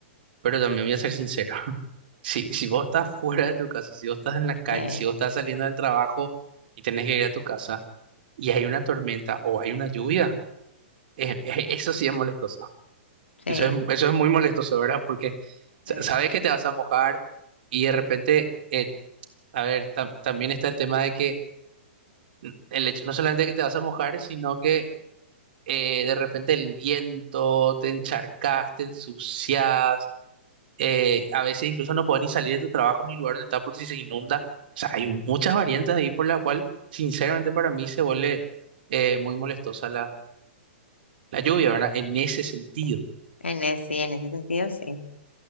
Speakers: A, on the right; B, on the left.
A: pero también voy a ser sincero. <laughs> Si, si vos estás fuera de tu casa, si vos estás en la calle,
B: Sí,
A: si vos estás saliendo del trabajo y tenés que ir a tu casa y hay una tormenta o hay una lluvia, eh, eh, eso sí es molestoso.
B: sí.
A: Eso es, eso es muy molestoso, ¿verdad? Porque sa-
B: eh,
A: sabes que te vas a mojar y de repente, eh, a ver, tam- también está el tema de que n- el hecho no solamente que te vas a mojar, sino que eh, de repente el viento, te encharcas, te ensucias, eh, a veces incluso no puedes ni salir de tu trabajo ni lugar donde estás porque si se inunda. O sea, hay muchas variantes ahí por la cual, sinceramente, para mí se vuelve eh, muy molestosa la, la lluvia, ¿verdad? En ese sentido.
B: eh, En ese, sí, en ese sentido, sí.